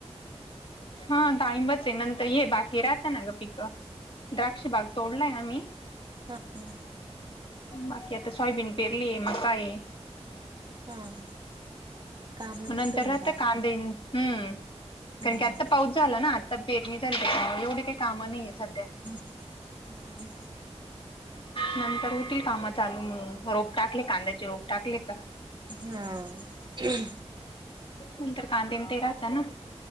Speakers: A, on the left; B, on the right.
A: हा डाळींबच हे नंतर ये बाकी राहता ना ग पिकं. द्राक्ष बाग तोडलाय आम्ही.
B: हा. हा.
A: बाकी आता सोयबीन पेरली आहे मका आहे
B: हा. हा. काम
A: नंतर
B: नसेल
A: राहात
B: मग आता
A: कांदेन हम्म
B: हम्म
A: कारण की आत्ता पाऊस झाला ना, आता पेरणी झाली त्या एवढे काही कामं नाहीये
B: हम्म,
A: सध्या
B: हम्म हम्म.
A: नंतर होतील काम चालू म्हणून रोप टाकले कांद्याचे रोप टाकले का?
B: हा ठेवा.
A: नंतर कांदे ते राहत ना,